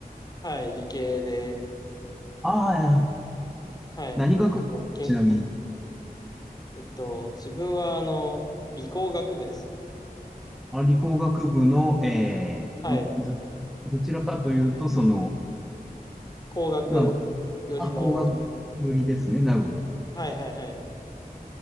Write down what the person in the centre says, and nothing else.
ああ、いや、
何学部ですかちなみに、
あ、理工学部の、えー、
ど、ど、どちらかというと、その、
まあ、あ工学よりですね。なるほど。